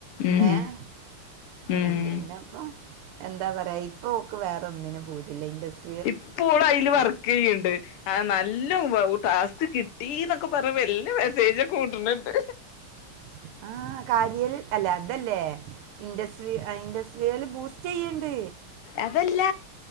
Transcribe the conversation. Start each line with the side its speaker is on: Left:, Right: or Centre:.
Left: ഉം
Right: ഏഹ്
Left: ഉം
Right: പിന്നെപ്പം എന്താ പറയാ ഇപ്പൊ ഓക്ക് വേറൊന്നിനും പൂതില്ല ഇൻഡസ്
Left: ഇപ്പ പ്പോള് അയില് വർക്കെയ്യ്ണ്ട് ആ നല്ല ഉവ്വ് ഉം ടാസ്ക് കിട്ടീന്നൊക്ക പറഞ്ഞപ്പം എല്ലം മെസ്സേജൊക്കെ വിട്ണ് ണ്ട്
Right: !!!!!!!!!! സ് ആ ഇൻഡസ്ട്രിയൽ ബൂസ്റ്റെയ്യ്ണ്ട്
Left: അതല്ല